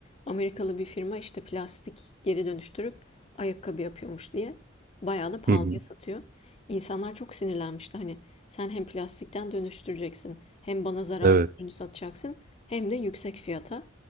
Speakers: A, on the left; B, on the right.
A: Amerikalı bir firma işte plastik geri dönüştürüp ayakkabı yapıyormuş diye. Bayağı da pahalıya
B: Hı hı.
A: satıyor. İnsanlar çok sinirlenmişti. Hani sen hem plastikten dönüştüreceksin, hem bana zararlı
B: Evet.
A: ürünü satacaksın, hem de yüksek fiyata.